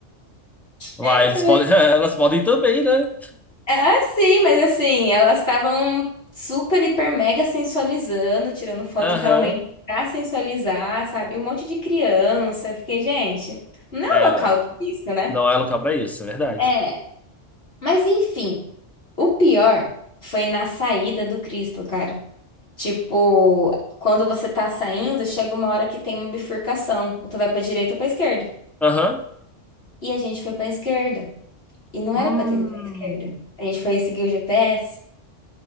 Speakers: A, in the centre; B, on the left (about 55°).
A: Vai,
B: <laughs>
A: eles podem, <laughs> elas podem também, né?
B: Ah, sim, mas assim, elas estavam super, hiper, mega sensualizando, tirando foto
A: Aham.
B: realmente pra sensualizar, sabe? E Um monte de criança. Eu Fiquei, gente, não é
A: É,
B: um local
A: né?
B: pra isso, né?
A: Não é local pra isso, é verdade.
B: É, mas enfim, o pior foi na saída do Cristo, cara. Tipo, quando você tá saindo, chega uma hora que tem uma bifurcação. Ou tu vai pra direita ou pra esquerda.
A: Aham.
B: E a gente foi pra esquerda. E não
A: Hum.
B: era pra ter ido pra esquerda. A gente foi seguir o GPS.